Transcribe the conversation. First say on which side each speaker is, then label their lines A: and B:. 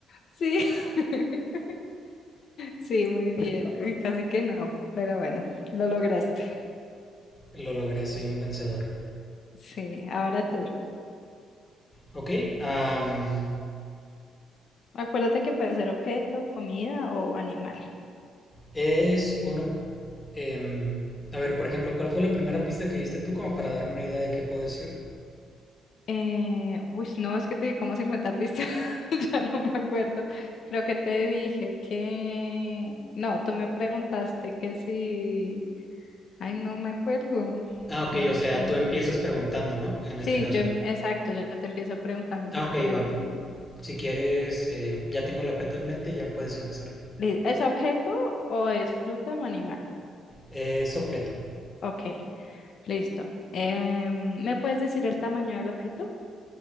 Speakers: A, on the left; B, on the left.
A: <laughs> sí. <laughs> Sí, muy bien, uy, casi que no, pero bueno, lo lograste.
B: Lo logré, soy un vencedor.
A: Sí, ahora tú.
B: Ok, am,
A: Acuérdate que puede ser objeto, comida o animal.
B: es uno... em, a ver, por ejemplo, ¿cuál fue la primera pista que diste tú como para darme una idea de qué puedo decir?
A: Eh, uy, no, es que te di como 50 pistas, <laughs> ya no me acuerdo. Creo que te dije que... No, tú me preguntaste que si... Ay, no me acuerdo.
B: Ah, ok,
A: No,
B: o
A: es-
B: sea,
A: a ver.
B: tú empiezas preguntando, ¿no? En
A: Sí,
B: este caso.
A: yo, em- exacto, yo te empiezo preguntando
B: Ah,
A: porque
B: ok,
A: yo...
B: va.
A: no-
B: Si quieres, eh, ya tengo el objeto en mente, ya puedes empezar.
A: Li- ¿Es objeto o es fruta o animal?
B: Es objeto.
A: Ok, listo. Em, ¿me puedes decir el tamaño del objeto?